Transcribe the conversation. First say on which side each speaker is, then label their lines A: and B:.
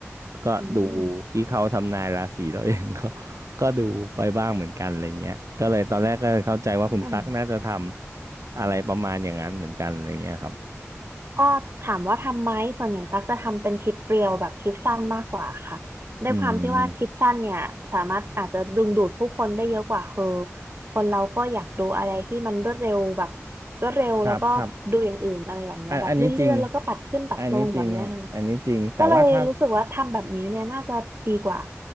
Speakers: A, on the right; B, on the right.
A: ก็ดู
B: อืม
A: ที่เขาทำนายราศีเราเองก็ <laughs> ก็ดูไปบ้างเหมือนกันอะไรเงี้ยก็เลยตอนแรกก็เข้าใจว่าคุณตั๊กน่าจะทำอะไรประมาณอย่างนั้นเหมือนกันอะไรเงี้ยครับ
B: อืม ก็ถามว่าทำไหมส่วนใหญ่ตั๊กจะทำเป็นคลิปเรียวแบบคลิปสั้นมากกว่าค่ะด้วยความที่ว่าคลิปสั้นเนี่ยสามารถอาจจะดึงดูดผู้คนได้เยอะกว่าคือ
A: อืม
B: คนเราก็อยากดูอะไรที่มันรวดเร็วแบบรวดเร็วแล้วก็ดูอย่างอื่นอะไรแบบเนี้ยแบบเลื่อนๆแล้วก็ปัดขึ้นปัดลงแบบเนี้ยค่ะ
A: ครับครับอันอันนี้จริงอันนี้จริงฮะอันนี้จริงแต่ว่าถ้า
B: ก็เลยรู้สึกว่าทำแบบนี้เนี่ยน่าจะดีกว่า